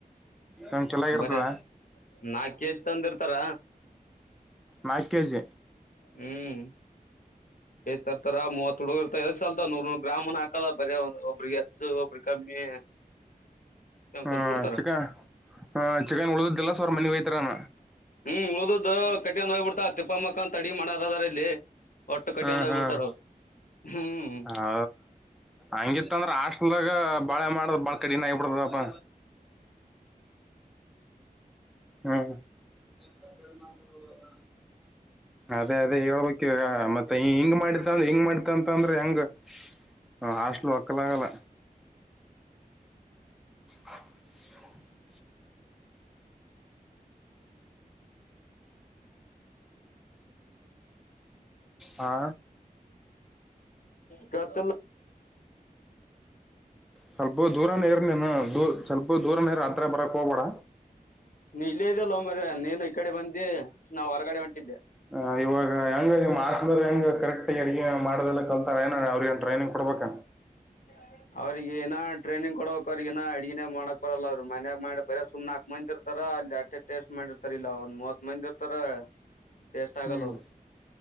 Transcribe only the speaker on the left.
ಬರ ನಾಕ್ ಕೆಜಿ ತಂದಿ ಇರ್ತಾರ
ಹ್ಮ್ ತತರ ಮೂವತ್ ತುಡಗರ್ತ ಎ ಸಲ್ತ ನೂರ್ ನೂರ್ ಗ್ರಾಮನ ಹಾಕಲ್ಲ ಬರ ಒಂದ ಒಬ್ರಿಗೆ ಹೆಚ್ಚು ಒಬ್ರ ಕಮ್ಮಿ
ಕುಂತ್ ಬಿಡ್ತಾರ.
ಹ್ಮ್ ಉಳ್ದು ಕಟ್ಟಿ ಹೋಗ್ಬಿಡ್ತಾ ತಿಪ್ಪ ಮಕ್ಕನ್ ಅಡಿಗೆ ಮಾಡಾರ ಅದಾರ ಇಲ್ಲಿ ಒಟ್ಟು ಕಟ್ಟಿ
ಗೋಡು ಹೊಗ್
ಬಿಡ್ತಾರ ಅವರು ಹ್ಮ್
ಹ
ಕತ
ನೀ ಇಲ್ಲೇ ಇದಲ್ಲ ಮರಯ ನೀನ್ ಈ ಕಡೆ ಬಂದಿ ನಾವ್ ಹೊರಗಡೆ ಹೊಂಟಿದ್ದೆ
ಹ <unintelligible> ಅವ್ರಿಗ ಏನ ಟ್ರೇನಿಂಗ ಕೊಡಬೇಕು ಅವ್ರಗ ಏನ ಅಡಿಗೆನೇ ಮಾಡಕ್ ಬರಲ್ಲ ಅವರು ಮನ್ಯಾಗ ಮಾಡಿ ಇರ್ತಾರ ಅಲ್ಲಿ ಅಟ್ಟೆ ಟೆಸ್ಟ್ ಮಾಡಿರ್ತಾರ ಇಲ್ಲ ಒಂದ್ ಮೂವತ್ ಮಂದಿ ಇರ್ತಾರ ಟೇಸ್ಟ್ ಆಗಲ್ಲದು